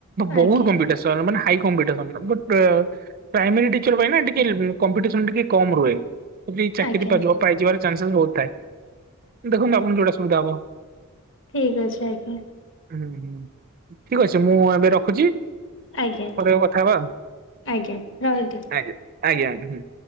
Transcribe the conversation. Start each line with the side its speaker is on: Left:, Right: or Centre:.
Right: ବହୁତ
Left: ଆଜ୍ଞା
Right: କମ୍ପି ଟେ ସ୍ ତା ମାନେ ହାଇ କମ୍ପିସନ <unintelligible> ପ୍ରାଇମେରୀ ଟିଚର୍ ପାଇଁ ନା ଟିକେ କମ୍ପିଟିସନ ଟିକେ କମ୍ ରୁହେ। ଯଦି ଚାକିରି
Left: ଆଜ୍ଞା
Right: କରିବ ପାଇଯିବାର ଚାନ୍ସେସ୍ ବହୁତ ଥାଏ ଦେଖନ୍ତୁ ଆପଣଙ୍କୁ ଯୋଉଟା ସୁବିଧା ହବ।
Left: ଠିକ୍ ଅଛି ଆଜ୍ଞା।
Right: ହୁଁ ହୁଁ ଠିକ୍ ଅଛି ମୁଁ ଏବେ ରଖୁଛି?
Left: ଆଜ୍ଞା
Right: ପରେ କେବେ କଥା ହେବା ଆ
Left: ଆଜ୍ଞା ରହିଲି।
Right: ଆଜ୍ଞା ଆଜ୍ଞା ଆଜ୍ଞା।